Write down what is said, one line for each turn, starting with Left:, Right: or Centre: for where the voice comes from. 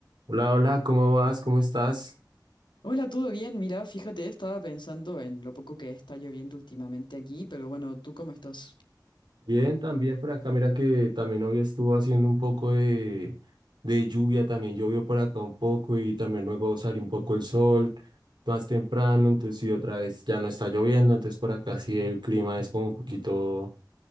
Right: Hola, hola, ¿cómo vas? ¿Cómo estás?
Left: Hola, ¿todo bien? Mira, fíjate, estaba pensando en lo poco que está lloviendo últimamente aquí, pero bueno, ¿tú cómo estás?
Right: Bien, también por acá. Mira que también hoy estuvo haciendo un poco de, de lluvia, también llovió por acá un poco y también luego salió un poco el sol más temprano, entonces y otra vez ya no está lloviendo, entonces por acá sí el clima es como un poquito